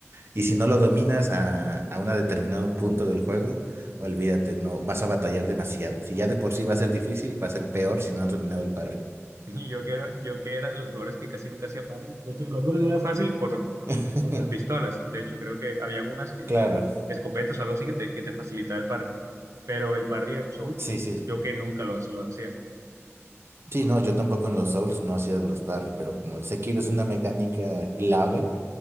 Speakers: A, on the right; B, on the right.
A: Y si no lo dominas a, a un determinado punto del juego, olvídate, no vas a batallar demasiado. Si ya de por sí va a ser difícil, va a ser peor si no has dominado el parry.
B: Y yo que era, yo que era de los jugadores que casi nunca hacía parry. De hecho, en Bloodborne no era fácil por,
A: <laughs>
B: por las pistolas. De hecho, creo que había unas que,
A: Claro,
B: escopetas, algo así que te, que te facilitaba el parry. Pero el parry en Souls,
A: sí, sí.
B: yo que nunca los lo hacía.
A: Sí, no, yo tampoco en los Souls no hacía los parry, pero como el Sekiro es una mecánica clave